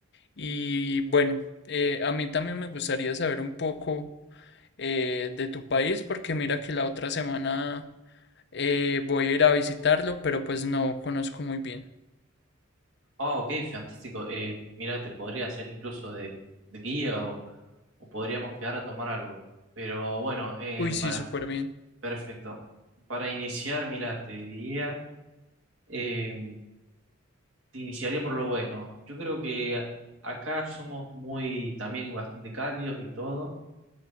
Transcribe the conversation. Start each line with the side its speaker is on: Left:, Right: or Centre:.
Left: Y bueno, eh, a mí también me gustaría saber un poco eh, de tu país, porque mira que la otra semana eh, voy a ir a visitarlo, pero pues no conozco muy bien.
Right: Ah, ok, fantástico. Eh, mira, te podría hacer incluso de, de guía o, o podríamos quedar a tomar algo. Pero bueno, eh,
Left: Uy, sí,
Right: para,
Left: súper bien.
Right: perfecto. Para iniciar, mira, te diría, eh, te iniciaría por lo bueno. Yo creo que acá somos muy, también bastante cálidos y todo.